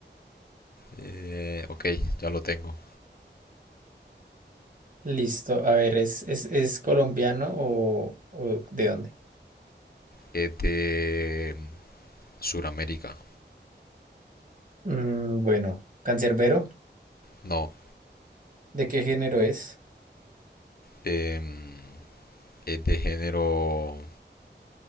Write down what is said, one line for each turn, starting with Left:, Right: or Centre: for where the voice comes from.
Left: Eh, ok, ya lo tengo.
Right: Listo. A ver, ¿es, es, es colombiano o, o de dónde?
Left: Es de Suramérica.
Right: Mm, bueno, cancerbero
Left: No,
Right: ¿de qué género es?
Left: em, es de género.